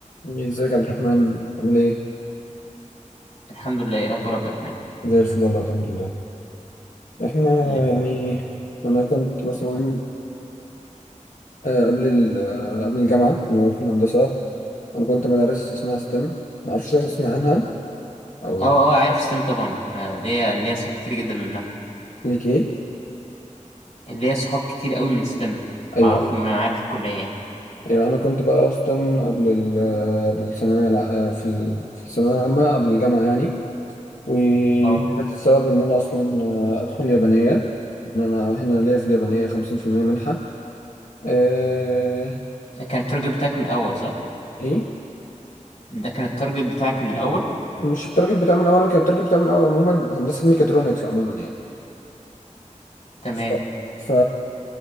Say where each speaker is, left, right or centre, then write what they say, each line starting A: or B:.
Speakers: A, on the left (about 80°); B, on the left (about 55°).
A: ازيك يا عبد الرحمن عامل ايه؟
B: الحمد لله ايه الاخبار يا عبد الرحمن
A: زي الفل والله الحمد لله احنا
B: زي الفل
A: يعني انا كنت مثلا آه، قبل ال- آه، قبل الجامعة اللي هو في الهندسة انا كنت مدارس اسمها ستيم معرفش اسمع عنها او
B: اه اه عارف ستيم طبعا آه، ليا ليا صحاب كتير جدا منها
A: ليك ايه؟
B: ليا صحاب كتير قوي من ستيم
A: ايوه
B: اعرفهم
A: ايوه
B: معانا في الكليه يعني
A: ايوه انا كنت بقى ستيم قبل ال- آه، قبل الثانوية الع- آه، في ال- في الثانوية العامة قبل الجامعة يعني وكانت
B: اه
A: السبب ان انا اصلا آه، ادخل يابانية ان انا هنا ليا في اليابانية 50% منحة آه،
B: ده كان التارجت بتاعك من الاول صح
A: ايه؟
B: ده كان التارجت بتاعك من الاول
A: مش التارجت بتاع من الاول كان التارجت بتاع من الاول عموما هندسه ميكاترونكس عموما يعني
B: تمام
A: ف... ف...